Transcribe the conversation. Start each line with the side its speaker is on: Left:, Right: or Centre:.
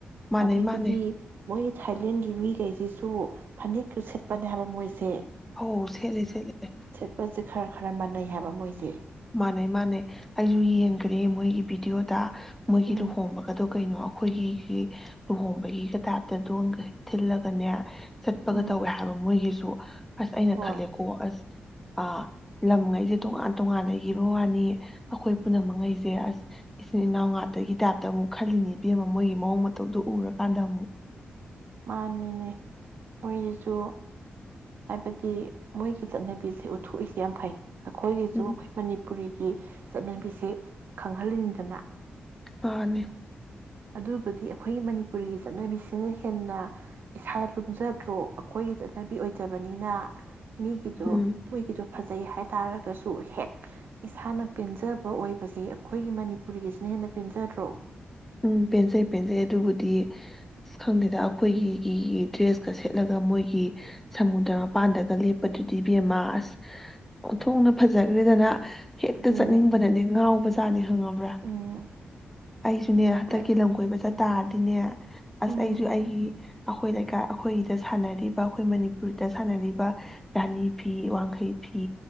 Centre: ꯃꯥꯟꯅꯩ
Right: ꯑꯗꯒꯤꯗꯤ
Centre: ꯃꯥꯟꯅꯩ
Right: ꯃꯣꯏ ꯊꯥꯏꯂꯦꯟꯒꯤ ꯃꯤꯈꯩꯁꯤꯁꯨ ꯐꯅꯦꯛꯀ ꯁꯦꯠꯄꯅꯦ ꯍꯥꯏꯕ ꯃꯣꯏꯁꯦ
Centre: ꯍ ꯁꯦꯠꯂ ꯁꯦꯠꯂ
Right: ꯆꯠꯄꯁꯦ ꯈꯔ ꯈꯔ ꯃꯥꯟꯅꯩ ꯍꯥꯏꯕ ꯃꯣꯏꯁꯦ
Centre: ꯃꯥꯟꯅꯩ ꯃꯥꯥꯟꯅꯩ ꯑꯩꯁꯨ ꯌꯦꯡꯈ꯭ꯔꯦ ꯃꯣꯏꯒꯤ ꯚꯤꯗꯤꯑꯣꯗ ꯃꯣꯏꯒꯤ
Right: ꯎꯝ
Centre: ꯂꯨꯍꯣꯡꯕꯒꯗꯣ ꯀꯩꯅꯣ ꯑꯩꯈꯣꯏꯒꯤ ꯂꯨꯍꯣꯡꯕꯒꯤꯒ ꯇꯥꯏꯞꯇꯗ ꯊꯤꯜꯂꯒꯅꯦ ꯆꯠꯄꯒ
Right: ꯎꯝ
Centre: ꯇꯧꯋꯦ ꯍꯥꯏꯕ ꯃꯣꯏꯒꯤꯁꯨ ꯑꯁ ꯑꯩꯅ
Right: ꯍꯣꯏ
Centre: ꯈꯜꯂꯦꯀꯣ ꯑꯁ ꯑꯥ ꯂꯝꯈꯩꯁꯦ ꯇꯣꯉꯥꯟ ꯇꯣꯉꯥꯟ ꯂꯩꯈꯤꯕ ꯋꯥꯅꯤ ꯑꯩꯈꯣꯏ ꯄꯨꯝꯅꯃꯛꯉꯩꯁꯦ ꯑꯁ ꯏꯆꯤꯟ ꯏꯅꯥꯎ ꯉꯇꯒꯤ ꯇꯥꯏꯞꯇ ꯑꯃꯨꯛ ꯈꯜꯂꯤꯅꯤ ꯏꯕꯦꯝꯃ ꯃꯣꯏꯒꯤ ꯃꯑꯣꯡ ꯃꯇꯧꯗꯨꯣ ꯎꯔꯀꯥꯟꯗ ꯑꯃꯨꯛ
Right: ꯃꯥꯅꯤꯅꯦ ꯃꯣꯏꯁꯤꯁꯨ ꯍꯥꯏꯕꯗꯤ ꯃꯣꯏꯒꯤ ꯆꯠꯅꯕꯤꯁꯦ ꯎꯠꯊꯣꯛꯏꯁꯦ ꯌꯥꯝ ꯐꯩ ꯑꯩꯈꯣꯏꯒꯤꯁꯨ
Centre: ꯎꯝ
Right: ꯑꯩꯈꯣꯏ ꯃꯅꯤ ꯄꯨꯔꯤꯒꯤ ꯆꯠꯅꯕꯤꯁ ꯈꯪꯍꯟꯅꯤꯡꯅꯤꯡꯗꯅ
Centre: ꯑꯅꯤ
Right: ꯑꯗꯨꯕꯨꯗꯤ ꯑꯩꯈꯣꯏꯒꯤ ꯃꯅꯤꯄꯨꯔꯤꯒꯤ ꯆꯠꯅꯕꯤꯁꯤꯅ ꯍꯦꯟꯅ ꯏꯁꯥꯗ ꯂꯨꯝꯖꯗ꯭ꯔꯣ ꯑꯩꯈꯣꯏꯒꯤ ꯆꯠꯅꯕꯤ ꯑꯣꯏꯖꯕꯅꯤꯅ ꯃꯤꯒꯤꯗꯨ
Centre: ꯎꯝ
Right: ꯃꯤꯒꯤꯗꯨ ꯐꯖꯩ ꯍꯥꯏ ꯇꯥꯔꯒꯁꯨ ꯍꯦꯛ ꯏꯁꯥꯅ ꯄꯦꯟꯖꯕ ꯑꯣꯏꯕꯁꯤ ꯑꯩꯈꯣꯏꯒꯤ ꯃꯅꯤꯄꯨꯔꯤꯒꯤꯁꯤꯅ ꯍꯦꯟꯅ ꯄꯦꯟꯖꯗ꯭ꯔꯣ
Centre: ꯎꯝ ꯄꯦꯟꯖꯩ ꯄꯦꯟꯖꯩ ꯑꯗꯨꯕꯨꯗꯤ ꯑꯁ ꯈꯪꯗꯦꯗ ꯑꯩꯈꯣꯏꯒꯤ ꯗ꯭ꯔꯦꯁꯀ ꯁꯦꯠꯂꯒ ꯃꯣꯏꯒꯤ ꯁꯃꯨꯗ꯭ꯔ ꯃꯄꯥꯟꯗꯒ ꯂꯦꯞꯄꯗꯨꯗꯤ ꯕꯦꯝꯃꯥ ꯑꯁ ꯑꯣꯊꯣꯡꯅ ꯐꯖꯈ꯭ꯔꯦꯗꯅ ꯍꯦꯛꯇ
Right: ꯑꯗꯨꯅꯦ
Centre: ꯆꯠꯅꯤꯡꯕꯅꯅꯦ ꯉꯥꯎꯕꯁꯤꯁ ꯆꯥꯅꯤ ꯈꯪꯉꯕ꯭ꯔꯥ
Right: ꯎꯝ
Centre: ꯑꯩꯁꯨ ꯁꯤꯅꯦ ꯍꯟꯗꯛꯀꯤ
Right: ꯍꯣꯏ
Centre: ꯂꯝ ꯀꯣꯏꯕ ꯆꯠ ꯇꯥꯔꯗꯤꯅꯦ ꯑꯁ
Right: ꯎꯝ
Centre: ꯑꯩꯁꯨ ꯑꯩꯒꯤ ꯑꯩꯈꯣꯏ ꯂꯩꯀꯥꯏ ꯑꯩꯈꯣꯏꯗ ꯁꯥꯟꯅꯔꯤꯕ ꯑꯩꯈꯣꯏ ꯃꯅꯤꯄꯨꯔꯗ ꯁꯥꯟꯅꯔꯤꯕ ꯔꯥꯅꯤ ꯐꯤ ꯋꯥꯡꯈꯩ ꯐꯤ